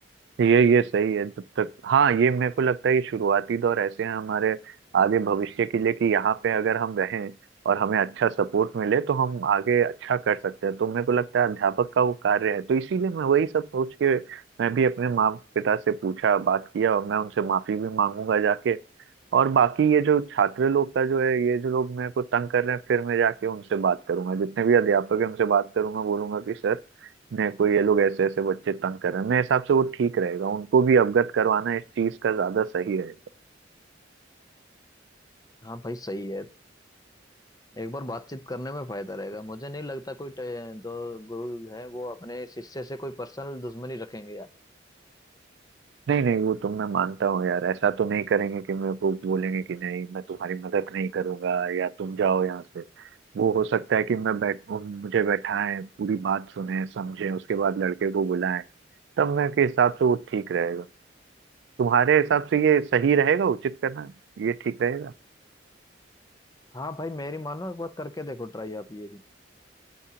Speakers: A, on the right (about 65°); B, on the left (about 20°).
A: ये ये सही है जब तक हाँ ये मेरे को लगता है ये शुरुआती दौर ऐसे हैं हमारे आगे भविष्य के लिए कि यहाँ पे अगर हम रहें और हमें अच्छा सपोर्ट मिले तो हम आगे अच्छा कर सकते हैं तो मेरे को लगता है अध्यापक का वो कार्य है तो इसीलिए मैं वही सब सोच के मैं भी अपने माँ पिता से पूछा बात किया और मैं उनसे माफी भी मांगूंगा जाके और बाकी ये जो छात्र लोग का जो है ये जो लोग मेरे को तंग कर रहे हैं फिर मैं जाके उनसे बात करूंगा जितने भी अध्यापक है उनसे बात करूंगा बोलूंगा कि सर नहीं कोई ये लोग ऐसे ऐसे बच्चे तंग कर रहे हैं मेरे हिसाब से वो ठीक रहेगा उनको भी अवगत करवाना इस चीज का ज्यादा सही रहेगा
B: हाँ भाई सही है एक बार बातचीत करने में फायदा रहेगा मुझे नहीं लगता कोई टे- जो गुरु है वो अपने शिष्य से कोई पर्सनल दुश्मनी रखेंगे यार
A: नहीं नहीं वो तो मैं मानता हूँ यार ऐसा तो नहीं करेंगे कि मेरे को बोलेंगे कि नहीं मैं तुम्हारी मदद नहीं करूंगा या तुम जाओ यहाँ से वो हो सकता है कि मैं बैठ उन- मुझे बैठाएं पूरी बात सुने समझे उसके बाद लड़के को बुलाएं तब मैं के हिसाब से वो ठीक रहेगा तुम्हारे हिसाब से ये सही रहेगा उचित करना ये ठीक रहेगा
B: हाँ भाई मेरी मानो एक बार करके देखो ट्राई आप ये भी